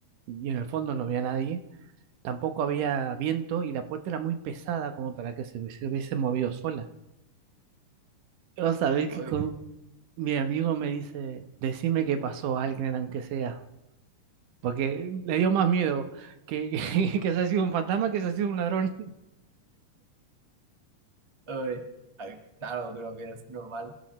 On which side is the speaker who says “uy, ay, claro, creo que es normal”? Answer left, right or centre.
Right